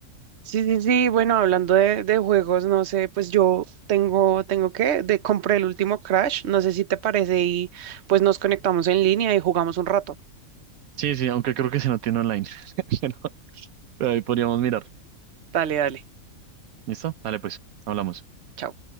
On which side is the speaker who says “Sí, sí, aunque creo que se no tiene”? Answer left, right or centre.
Right